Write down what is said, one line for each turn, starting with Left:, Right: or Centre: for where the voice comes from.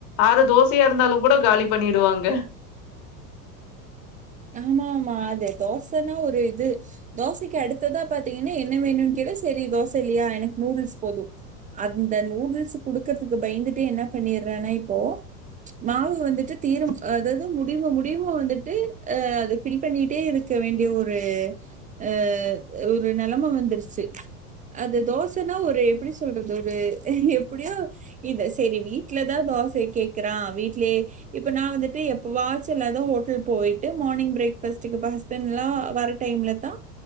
Left: ஆறு தோசயா இருந்தாலு கூட காலி பண்ணிடுவாங்க
Right: ஆமா ஆமா அது தோசன்னா ஒரு இது தோசைக்கு அடுத்ததா பாத்தீங்கன்னா என்ன வேணுன் கேட்டா சரி தோச இல்லயா எனக்கு நூடுல்ஸ் போது அந்த நூடுல்ஸ் குடுக்கறதுக்கு பயந்துட்டு என்ன பண்ணிறேன்னா இப்போ மாவு வந்துட்டு தீரும் அதாது முடிவு முடிவு வந்துட்டு அ அது ஃபில் பண்ணிட்டே இருக்க வேண்டிய ஒரு அ ஒரு நெலம வந்துர்ச்சு அது தோசன்னா ஒரு எப்டி சொல்றது ஒரு எப்டியோ இது சேரி வீட்ல தா தோச கேக்குறா வீட்லே இப்ப நா வந்துட்டு எப்புவாச்சுளதா ஹோட்டல் போய் ட்டு மார்னிங் ப்ரேக்ஃபஸ்ட்டுக்கு ப ஹஸ்பண்ட் லா வர டைம்ல தா